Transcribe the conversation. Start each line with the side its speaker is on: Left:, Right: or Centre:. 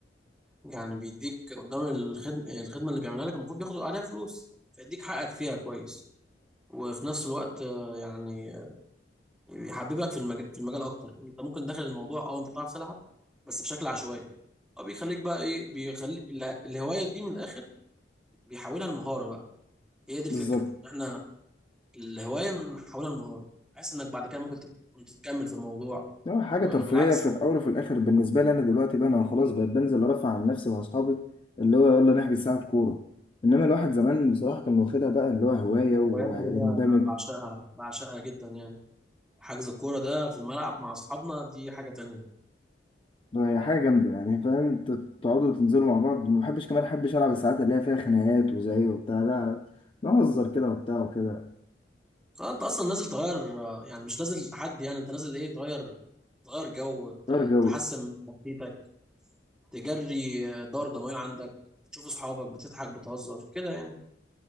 Centre: يعني بيديك قدام الخدمة الخدمة اللي بيعملها لك المفروض بياخد عليها فلوس فيديك حقك فيها كويس وفي نفس الوقت آه، يعني يحببك في المجال في المجال اكتر انت ممكن داخل الموضوع او انت بتعرف تلعب بس بشكل عشوائي او بيخليك بقى ايه بيخلي اله- الهواية دي من الاخر بيحولها لمهارة بقى هي دي الفكرة
Left: بالظبط
Centre: ان احنا الهواية نحولها لمهارة بحيث انك بعد كده ممكن تكون تتكمل في الموضوع
Left: يعني حاجه
Centre: وبالعكس
Left: ترفيهيه في الاول وفي الاخر بالنسبه لي انا دلوقتي بقى انا خلاص بقيت بنزل ارفع عن نفسي مع اصحابي اللي هو يلا نحجز ساعه كوره انما الواحد زمان بصراحه كان واخدها بقى اللي هو هوايه
Centre: من الهوايات
Left: ويندمج
Centre: اللي انا بعشقها بعشقها جدا يعني حجز الكوره ده في الملعب مع اصحابنا دي حاجه تانية
Left: هي حاجة جامدة يعني فاهم انت تقعدوا تنزلوا مع بعض ما بحبش كمان احبش العب الساعات اللي هي فيها خناقات وزعيق وبتاع لا نهزر كده وبتاع وكده
Centre: آه، انت اصلا نازل تغير آه، يعني مش نازل تحدي يعني انت نازل ايه تغير تغير جو ت-
Left: غير جو
Centre: تحسن من نفسيتك تجري آه، دورة دموية عندك بتشوف اصحابك بتضحك بتهزر كده يعني